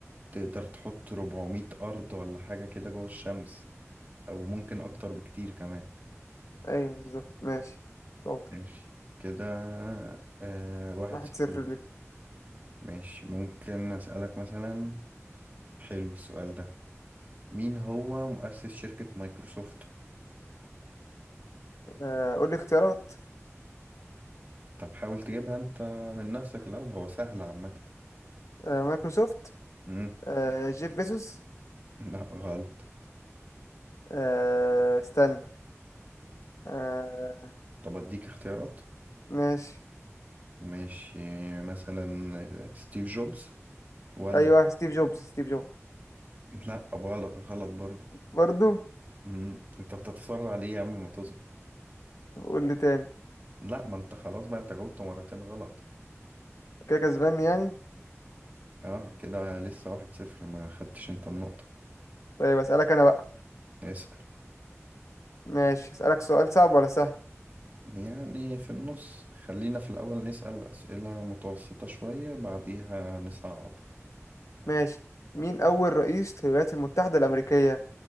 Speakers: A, on the right; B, on the left.
A: تقدر تحط 400 ارض ولا حاجة كده جوه الشمس او ممكن اكتر بكتير كمان
B: أيوه بالظبط ماشي شاطر
A: ماشي كده آه واحد
B: واحد
A: صفر
B: صفر
A: ليه.
B: ليك
A: ماشي ممكن اسألك مثلا حلو السؤال ده مين هو مؤسس شركة مايكروسوفت
B: آه قول لي اختيارات
A: طب حاول تجيبها انت من نفسك الاول هو سهل عامة
B: آه مايكروسوفت
A: مم،
B: آه جيف بيزوس
A: <laughs> لا غلط
B: آه استنى آه
A: طب اديك اختيارات
B: ماشي
A: ماشي مثلا آه، ستيف جوبز ولا
B: ايوه ستيف جوبز ستيف جوبز
A: لا غلط غلط برضه
B: برضو
A: امم انت بتتسرع ليه يا عم ما تصبر
B: قول لي تاني
A: لا ما انت خلاص بقى انت جاوبت مرتين غلط
B: كده كسبان يعني
A: اه كده لسه واحد صفر ما خدتش انت النقطة
B: طيب اسالك انا بقى
A: اسأل
B: ماشي اسالك سؤال صعب ولا سهل
A: يعني في النص خلينا في الأول نسأل أسئلة متوسطة شوية بعديها نصعب
B: ماشي مين اول رئيس للولايات المتحده الامريكيه